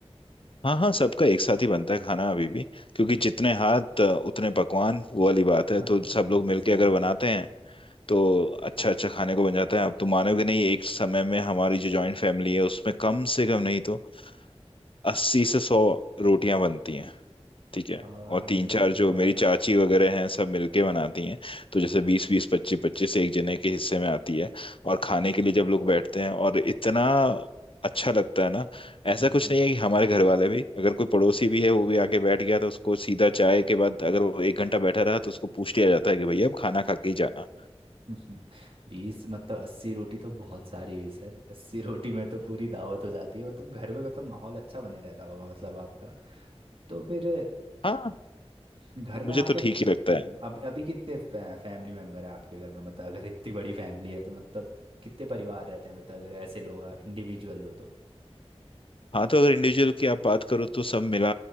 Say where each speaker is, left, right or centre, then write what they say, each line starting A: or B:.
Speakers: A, on the left (about 55°); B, on the right (about 55°).
A: हाँ हाँ सबका एक साथ ही बनता है खाना अभी भी क्योंकि जितने हाथ अ, उतने पकवान वो वाली बात
B: <laughs>
A: है
B: हाँ,
A: तो सब
B: ये
A: लोग
B: भी
A: मिलके
B: सही
A: अगर
B: है
A: बनाते हैं तो अच्छा अच्छा खाने को बन जाता है आप तो मानोगे नहीं एक समय में हमारी जो जॉइंट फैमिली है उसमें कम से कम नहीं तो अस्सी से सौ रोटियां बनती हैं ठीक है
B: भाई
A: और तीन चार
B: साहब
A: जो मेरी चाची वगैरह हैं सब मिलके बनाती हैं तो जैसे बीस बीस पच्चीस पच्चीस एक जने के हिस्से में आती है और खाने के लिए जब लोग बैठते हैं और इतना अच्छा लगता है ना ऐसा
B: हम्म,
A: कुछ नहीं है कि हमारे घर वाले भी अगर कोई पड़ोसी भी है वो भी आके बैठ गया तो उसको सीधा चाय के बाद अगर वो एक घंटा बैठा रहा तो उसको पूछ लिया जाता है कि भैया अब खाना खा के ही जाना
B: <laughs> बीस मतलब अस्सी रोटी तो बहुत सारी हुई सर अस्सी रोटी में तो पूरी दावत हो जाती है मतलब घर में मतलब माहौल अच्छा बने रहता होगा मतलब आपका तो फिर
A: हाँ
B: घर में
A: मुझे
B: आपके
A: तो ठीक ही लगता
B: हाँ
A: है
B: अभी अभी कितने फै, फैमिली मेंबर है आपके घर में मतलब अगर इतनी बड़ी फैमिली है तो मतलब कितने परिवार रहते हैं मतलब अगर ऐसे लोग इंडिविजुअल हो तो
A: हाँ तो अगर इंडिविजुअल की आप बात करो तो सब मिला